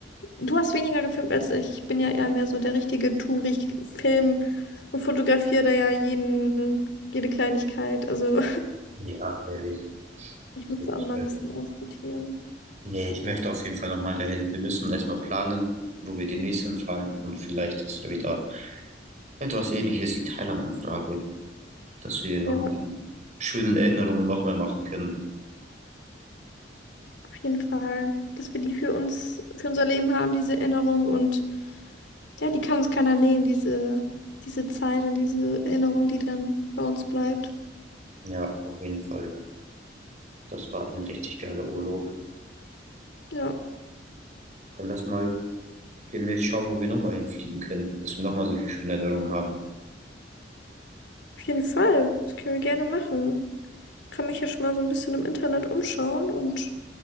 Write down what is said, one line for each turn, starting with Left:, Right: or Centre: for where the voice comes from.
Left: Du hast weniger gefilmt als ich. Ich bin ja eher mehr so der richtige Touri. Ich film und fotografiere da ja jeden, jede Kleinigkeit. Also
Right: ja, ehrlich.
Left: <laughs> ich
Right: Auf
Left: muss
Right: jeden
Left: da auch nochmal
Right: Fall.
Left: ein bisschen aussortieren.
Right: Nee, ich möchte auf jeden Fall nochmal dahin. Wir müssen erstmal planen, wo wir demnächst hinfahren und vielleicht ist ja wieder etwas Ähnliches wie Thailand in Frage, dass wir nochmal
Left: Ja,
Right: die schönen Erinnerungen nochmal machen können.
Left: auf jeden Fall. Dass wir die für uns, für unser Leben haben, diese Erinnerung. Und ja, die kann uns keiner nehmen, diese, diese Zeit und diese Erinnerung, die dann bei uns bleibt.
Right: Ja, auf jeden Fall. Das war ein richtig geiler Urlaub.
Left: Ja,
Right: Dann lass mal demnächst schauen, wo wir nochmal hinfliegen können, dass wir nochmal solche schönen Erinnerungen haben.
Left: auf jeden Fall. Das können wir gerne machen. Kann mich ja schon mal so ein bisschen im Internet umschauen und